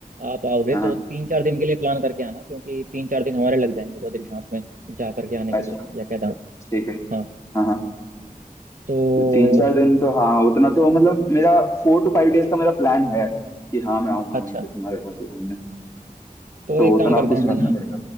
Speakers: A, on the right; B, on the left.
A: आप आओगे
B: हाँ हाँ,
A: तो तीन चार दिन के लिए प्लान करके आना क्योंकि तीन चार दिन हमारे लग जाएंगे बद्रीनाथ में जा करके आने के
B: अच्छा
A: लिए या केदारनाथ
B: ठीक है
A: हाँ
B: हाँ हाँ
A: तो
B: तो तीन चार दिन तो हाँ उतना तो मतलब मेरा फोर टू फाइव डेज का मेरा प्लान है कि हाँ मैं आऊंगा वहीं
A: अच्छा
B: पे तुम्हारे यहाँ पे घूमने
A: तो
B: तो
A: एक
B: उतना
A: काम करते
B: कुछ
A: हैं
B: रखना
A: फिर ना
B: पड़ेगा